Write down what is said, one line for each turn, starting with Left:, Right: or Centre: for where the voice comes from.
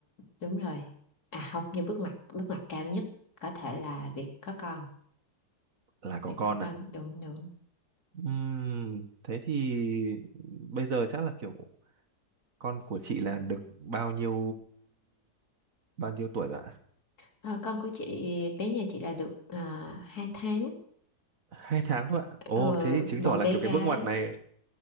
Left: đúng rồi. À không, nhưng bước ngoặt bước ngoặt cao nhất có thể là việc có con.
Right: là có
Left: Việc
Right: con
Left: có con
Right: ạ.
Left: đúng đúng.
Right: Ừm, thế thì bây giờ chắc là kiểu con của chị là được bao nhiêu bao nhiêu tuổi rồi ạ?
Left: Ờ, con của chị bé nhà chị là được uh, 2 tháng
Right: <laughs> Hai tháng thôi ạ. Ồ,
Left: Ờ,
Right: thế thì chứng
Left: một
Right: tỏ là
Left: bé
Right: kiểu cái
Left: gái
Right: bước ngoặt này